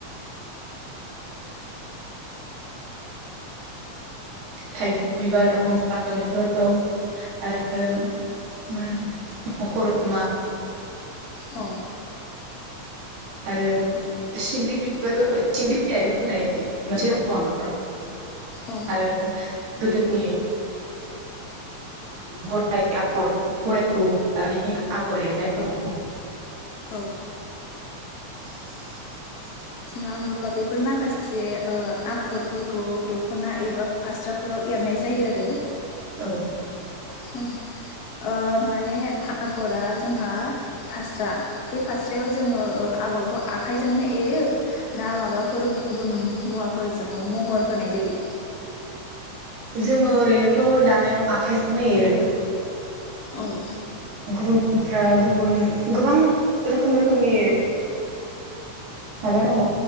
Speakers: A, on the right (about 75°); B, on the left (about 65°).
A: थाइगिर बिबार दं, फारौ मेगन दं, आरो मा होनो मखरदमा
B: औ।
A: आरो सिंग्रि बिबारबो सिंग्रि बिलाइबो होनाय मोनसे दङ आरो।
B: औ
A: आरो गोदोनि गराय आगर गरायखौ लानानै आगर एरनाय दङ।
B: औ
A: <inaudible>
B: जोंहा होमब्लाबा बेफोर माखासे ओ आगरफोरखौ दख'ना एबा फास्राफोराव एरनाय जायो आरो।
A: औ।
B: औ, ओ माने आगरा जोंहा फास्रा बे फास्रायाव जोङो ओ आगरखौ आखाइजोंनो एरो ना माबाफोर गुबुन मुवाफोरजों महर होनाय जायो?
A: जोङो ओरैनोथ' दानायाव आखाइजोंनो एरो।
B: औ।
A: गुबुनफ्रा गुबुन गोबां रोखोम रोखोमनि माबा दङ